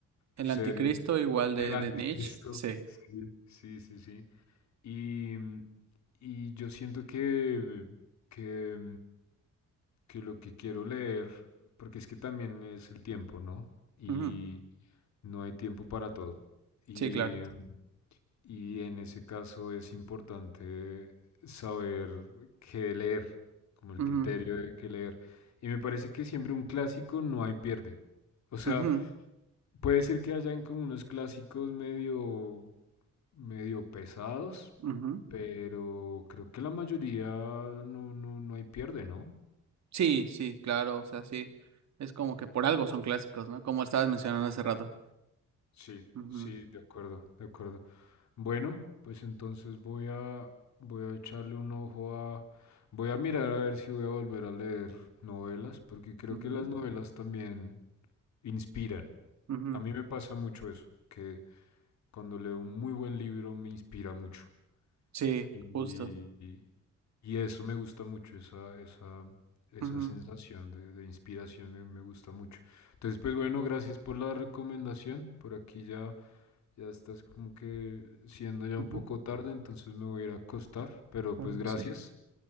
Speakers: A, on the right (about 65°); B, on the left (about 65°).
A: El
B: series.
A: anticristo igual de,
B: El Anticristo.
A: de Nietzsche, sí.
B: <laughs> Sí, sí, sí, sí. Y, y yo siento que, que que lo que quiero leer, porque es que también es el tiempo, ¿no? Y
A: Ujú,
B: no hay tiempo para todo. Y,
A: Sí, claro.
B: y en ese caso es importante saber qué leer, como el
A: Ujú,
B: criterio de qué leer. Y me parece que siempre un clásico no hay pierde. O sea,
A: ujú,
B: puede ser que hayan como unos clásicos medio, medio pesados,
A: ujú.
B: pero creo que la mayoría no, no, no hay pierde, ¿no?
A: Sí, sí, claro, o sea, sí. Es como que por algo son clásicos, ¿no? Como estabas mencionando hace rato.
B: Sí,
A: Ujú,
B: sí, de acuerdo, de acuerdo. Bueno, pues entonces voy a voy a echarle un ojo a voy a mirar a ver si voy a volver a leer novelas, porque creo
A: ujú,
B: que las novelas también inspiran.
A: ujú.
B: A mí me pasa mucho eso, que cuando leo un muy buen libro me inspira mucho.
A: Sí,
B: Y,
A: justo.
B: y eso me gusta mucho, esa, esa, esa
A: Ujú,
B: sensación de, de inspiración me, me gusta mucho. Entonces, pues bueno, gracias por la recomendación. Por aquí ya ya estás como que siendo ya
A: ujú,
B: un poco tarde, entonces me voy a ir a acostar, pero
A: claro
B: pues gracias.
A: que sí.